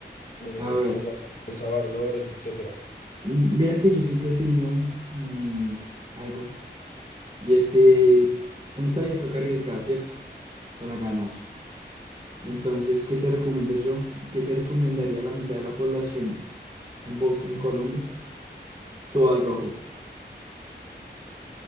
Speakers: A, on the left (about 50°); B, on the right (about 30°).
A: eh,
B: A ver,
A: jugar bolsa de valores, etcétera.
B: m- mira que yo siempre he tenido mm, algo, y es que en esta vida toca arriesgar, ¿cierto? Para ganar. Entonces, ¿qué te recomiendo yo? ¿Qué te recomendaría la mitad de la población en, Bo- en Colombia? Todo al rojo.